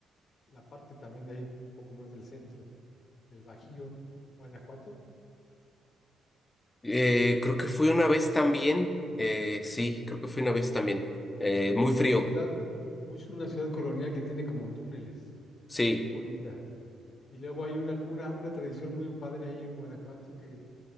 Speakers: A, on the left (about 50°); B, on the left (about 20°).
A: la parte también de ahí, un poco más del centro, del Bajío, Guanajuato?
B: Eh, creo que fui una vez también, eh, sí, creo que fui una vez también. Eh, muy frío,
A: Una ciudad, muy- una ciudad colonial que tiene como túneles,
B: sí,
A: bonita. Y luego hay una, una, una tradición muy padre ahí en Guanajuato que